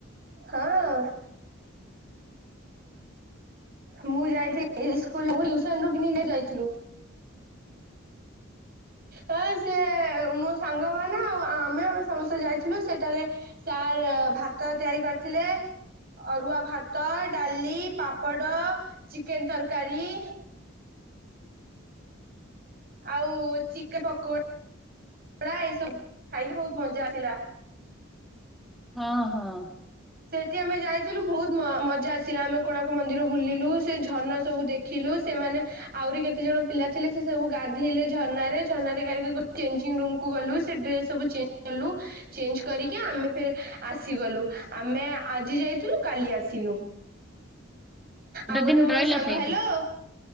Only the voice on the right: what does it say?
ହଁ। ମୁଁ ଯାଇଥିଲିି <unintelligible> ସ୍କୁଲ ସାଙ୍ଗ କୁ ନେଇକା ଯାଇଥିଲୁ। ହଁ ସେ-ଏ-ଏ-ଏ ମୋ ସାଙ୍ଗ ମାନେ ଆଉ ଆ ମେ ସମସ୍ତେ ଯାଇଥିଲୁ ସେଠାରେ ସାର୍ ଭାତ ତିଆରି କରିଥିଲେ। ଅରୁଆ ଭାତ, ଡାଲି, ପାପଡ଼, ଚିକେନ ତରକାରୀ। ଆଉ ଚିକେନ ପକ ପକୋଡା ଏଇ ସବୁ ଖାଇକି ବହୁତ ମଜା ଆସିଲା।
ସେଠି ଆମେ ଯାଇଥିଲୁ ବହୁତ ମ ମଜା ଆସିଲା। ଆମେ କୋଣାର୍କ ମନ୍ଦିର ବୁଲିଲୁ ସେ ଝରଣା ସବୁ ଦେଖିଲୁ। ସେମାନେ ଆହୁରି କେତେ ଜଣ ପିଲା ଥିଲେ, ସେ ସବୁ ଗାଧେଇଲେ ଝରଣାରେ। ଝରଣାରେ ଗାଇ ଚେଞ୍ଜିଙ୍ଗ ରୁମକୁ ଗଲୁ ସେ ଡ୍ରେସ୍ ସବୁ ଚେଞ୍ଜ କଲୁ। ଚେଞ୍ଜ କରିକି ଆମେ ଫେର ଆସିଗଲୁ। ଆମେ ଆଜି ଯାଇଥିଲୁ କାଲି ଆସିଲୁ। ଆଉ ଗୋଟେ
ମୋର
ସାଙ୍ଗ
ହ୍ୟାଲୋ।